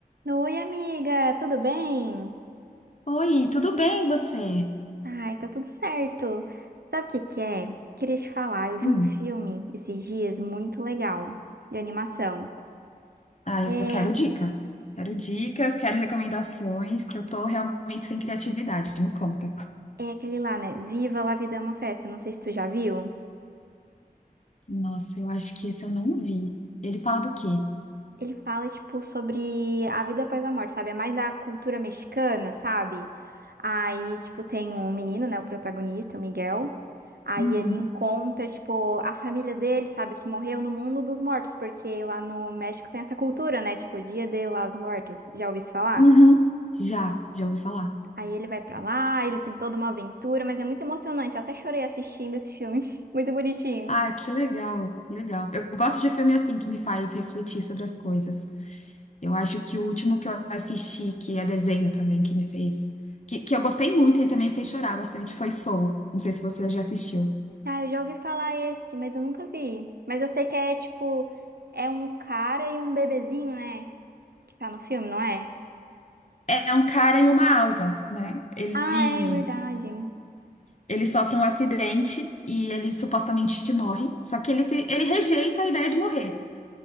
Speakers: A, on the right; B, on the left.
A: Oi, amiga, tudo bem?
B: Oi, tudo bem você?
A: Ai, tá tudo certo. Sabe o que que é? Queria te falar, eu vi
B: Hum,
A: um filme esses dias muito legal, de animação.
B: ah,
A: É,
B: eu quero dica. Quero dicas, quero recomendações, que eu tô realmente sem criatividade, me conta.
A: é aquele lá, né? Viva La Vida é uma Festa, não sei se tu já viu.
B: Nossa, eu acho que esse eu não vi. Ele fala do quê?
A: Ele fala, tipo, sobre a vida após a morte, sabe? É mais da cultura mexicana, sabe? Aí, tipo, tem um menino, né? O protagonista, o Miguel. Aí
B: Uhum.
A: ele encontra, tipo, a família dele, sabe? Que morreu no mundo dos mortos, porque lá no México tem essa cultura, né? Tipo, Dia de los Muertos. Já ouvi isso falar?
B: Uhum. Já, já ouvi falar.
A: Aí ele vai pra lá, ele tem toda uma aventura, mas é muito emocionante. Eu até chorei assistindo esse filme. <laughs> Muito bonitinho.
B: Ah, que legal, legal. Eu gosto de filme assim, que me faz refletir sobre as coisas. Eu acho que o último que eu assisti, que é desenho também, que me fez... Que, que eu gostei muito e também fez chorar bastante, foi Soul. Não sei se você já assistiu.
A: Ah, eu já ouvi falar esse, mas eu nunca vi. Mas eu sei que é tipo, é um cara e um bebezinho, né? Que tá no filme, não é?
B: É um cara e uma alma, né? Ele,
A: Ah, é verdade.
B: ele sofre um acidente e ele supostamente morre, só que ele, se, ele rejeita a ideia de morrer.